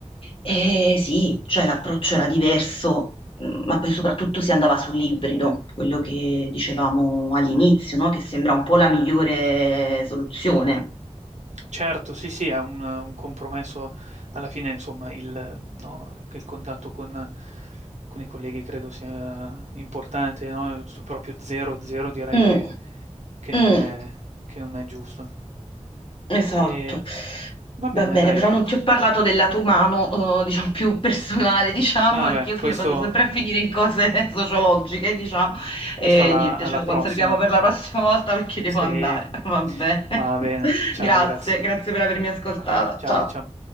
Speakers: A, on the left (about 45°); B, on the right (about 75°).
A: E sì, cioè l'approccio era diverso Mm, Ma poi soprattutto si andava sull'ibrido, quello che dicevamo all'inizio, no? Che sembra un po' la migliore soluzione.
B: Certo, sì, sì, è un un compromesso alla fine insomma il no, che il contatto con con i colleghi credo sia importante, no, s proprio 0, 0 direi
A: Mm,
B: che che non
A: mm,
B: è che non è giusto.
A: esatto.
B: Ehm, va bene
A: Va bene,
B: dai.
A: però non ti ho parlato del lato umano, eh, diciamo più personale, <laughs> diciamo,
B: Vabbè,
A: perché io
B: questo
A: fino- vado sempre a finire in cose <laughs> sociologiche, diciamo,
B: Questo
A: e
B: alla,
A: niente,
B: alla
A: ce lo
B: prossima.
A: conserviamo per la prossima volta perché devo
B: Sì,
A: andare. <laughs> Va bene.
B: va bene.
A: <laughs>
B: Ciao,
A: Grazie,
B: grazie.
A: grazie per avermi ascoltata.
B: Ciao,
A: Ciao.
B: ciao.